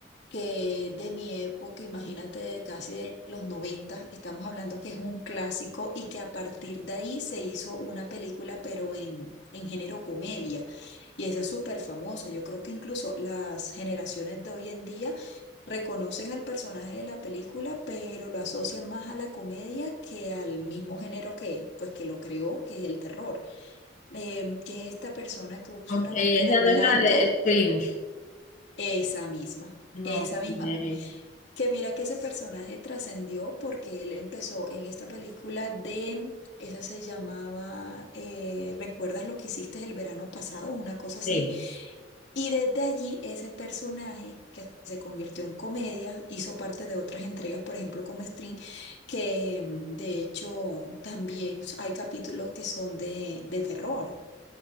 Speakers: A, on the left; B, on the left.
A: que de mi época, imagínate, de casi de los 90, estamos hablando que es un clásico y que a partir de ahí se hizo una película, pero en, en género comedia. Y esa es súper famosa. Yo creo que incluso las generaciones de hoy en día reconocen al personaje de la película, pero lo asocian más a la comedia que al mismo género que, pues, que lo creó, que es el terror. Em, que esta persona que usa
B: Ok,
A: una
B: esa
A: máscara blanca,
B: no es la de Strange.
A: esa misma.
B: No.
A: Esa misma.
B: ok,
A: Que mira que ese personaje trascendió porque él empezó en esta película de, esa se llamaba eh, ¿Recuerdas lo que hiciste el verano pasado? Una cosa así.
B: Sí.
A: Y desde allí ese personaje que se convirtió en comedia hizo parte de otras entregas, por ejemplo como String, que mm, de hecho también hay capítulos que son de, de terror.